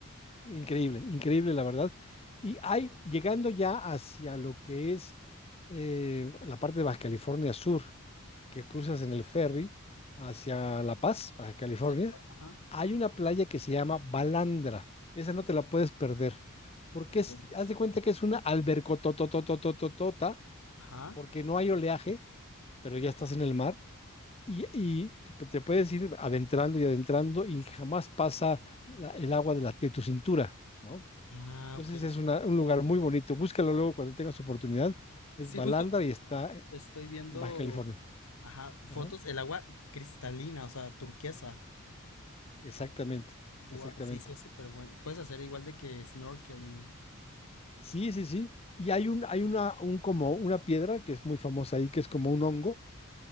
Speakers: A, on the left (about 30°); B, on the left (about 80°).
A: increíble, increíble la verdad. Y hay, llegando ya hacia lo que es eh, la parte de Baja California Sur, que cruzas en el ferry hacia La Paz, Baja California,
B: Hacia la par- Ajá.
A: hay una playa que se llama Balandra. Esa no te la puedes perder, porque
B: A
A: es,
B: ver.
A: haz de cuenta que es una albercotototototota
B: Ajá.
A: porque no hay oleaje, pero ya estás en el mar y, y te puedes ir adentrando y adentrando y jamás pasa la- el agua de, la, de tu cintura, ¿no?
B: Ah,
A: Entonces
B: ok. ok.
A: es una- un lugar muy bonito. Búscalo luego cuando tengas oportunidad. Es
B: Sí,
A: Balandra
B: justo.
A: y está en
B: Estoy viendo,
A: Baja California.
B: ajá, fotos,
A: Ajá,
B: el agua cristalina, o sea, turquesa.
A: Exactamente,
B: Gua-
A: exactamente.
B: sí, sí, es súper bueno. Puedes hacer igual de que snorkeling.
A: Sí, sí, sí. Y hay un, hay una, un como una piedra que es muy famosa ahí, que es como un hongo